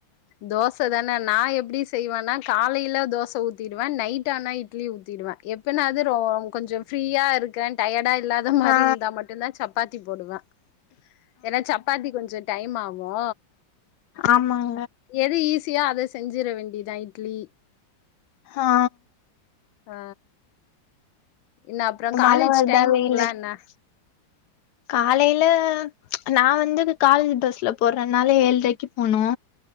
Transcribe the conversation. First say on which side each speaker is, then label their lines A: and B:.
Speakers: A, on the left; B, on the left.
A: தோசை தானே நான் எப்டி செய்வோனா காலையில தோசை ஊத்திடுவே நைட் ஆனா இட்லி ஊத்திடுவே வ எப்பனா அது ம் கொஞ்சோம் ஃப்ரீயா இருக்கே டயர்டா இல்லாத மாரி
B: ஆ
A: இருந்தா மட்டுந்தா சப்பாத்தி போடுவே ஏனா சப்பாத்தி கொஞ்சோ டைம் ஆகு
B: ஆமாங்
A: எது ஈஸியோ அத செஞ்சிட வேண்டியதா இட்லி
B: ஆ
A: ஆ என்ன அப்றோ
B: மழை
A: காலேஜ்
B: வருதா
A: டைமிங்லா
B: வெயில் அடிக்குதா
A: என்ன
B: காலைல நா வந்து காலேஜ் பஸ்ல போறனால ஏழரைக்கு போனு